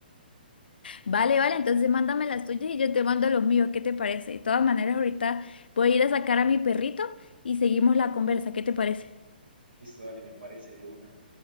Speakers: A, on the left; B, on the right.
A: Vale, vale, entonces mándame las tuyas y yo te mando los míos, ¿qué te parece? De todas maneras, ahorita voy a ir a sacar a mi perrito y seguimos la conversa, ¿qué te parece?
B: Listo, dale, me parece de una.